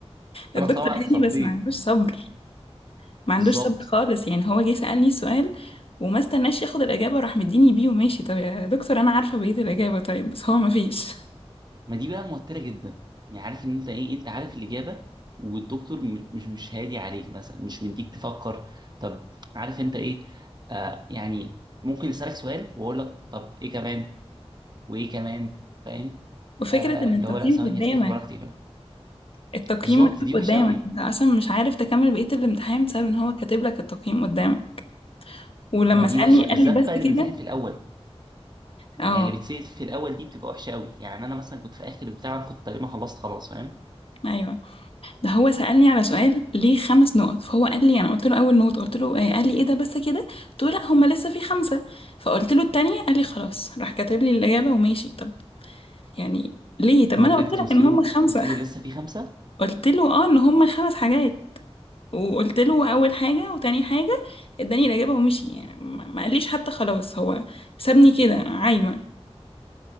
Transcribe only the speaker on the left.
الدكتور
هادي بس ما عندوش صبر ما عندوش
صبر خالص يعني هو جه سألني سؤال وما استناش ياخد الإجابة وراح مديني بيه وماشي طب يا دكتور أنا عارفة بقية الإجابة طيب بس هو ما فيش
وفكرة
إن التقييم
قدامك
التقييم
مكتوب
قدامك
انت اصلا مش عارف تكمل بقية الامتحان بسبب ان هو كاتب لك التقييم قدامك ولما
سألني
قال
لي بس
كده
اه
ايوه ده هو سألني على سؤال ليه خمس نقط فهو قال لي انا قلت له اول نقط قلت له آه قال لي ايه ده بس كده قلت له لا هما لسه في خمسة فقلت له التانية قال لي خلاص راح كاتب لي الإجابة وماشي طب يعني ليه طب
ما انا
قلت لك
ان
هما خمسة
<laughs>
قلت له اه ان هما خمس حاجات وقلت له اول حاجه وتاني حاجه اداني الاجابه ومشي يعني ما ما قاليش حتى خلاص هو سابني كده عايمه